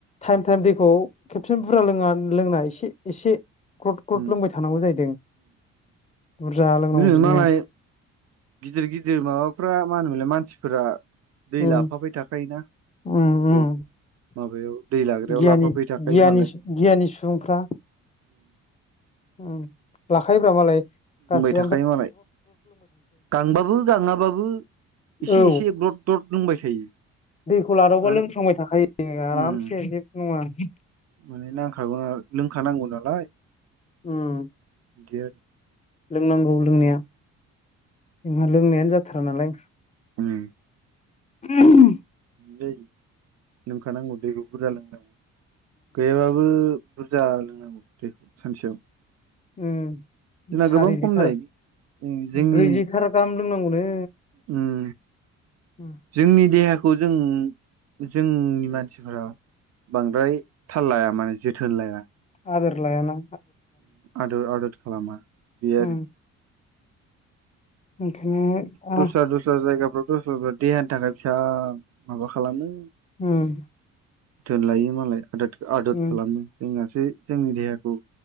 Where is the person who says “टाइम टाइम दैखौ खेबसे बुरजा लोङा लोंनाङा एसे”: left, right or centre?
Left